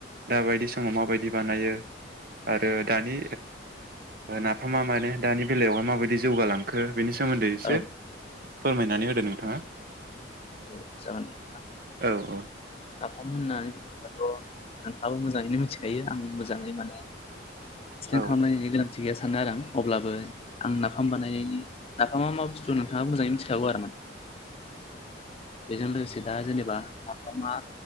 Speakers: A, on the right; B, on the left.
A: दााबायदि समाव माबायदि बानायो। आरो दानि नाफामा माने दानि बेलायावहाय माबायदि जौगालांखो। बेनि सोमोन्दै एसे
B: औ
A: फोरमायनानै होदो नोंथाङा।
B: औ जागोन नोंथां।
A: औ औ
B: नाफाम होननानै बुङोब्लाथ' नोंथाङाबो मोजाङैनो मिथि खायो आं मोजांहै माने थिखां
A: औ
B: खालामनायनि गोनांथि गैया सानो आरो आं अब्ला बो आं नाफाम बानायनि नाफा मा बुस्थु नोंथाङा मोजाङै मिथिखागौ आरो माने। बेजों लोगोसे दा जेनेबा नाफामा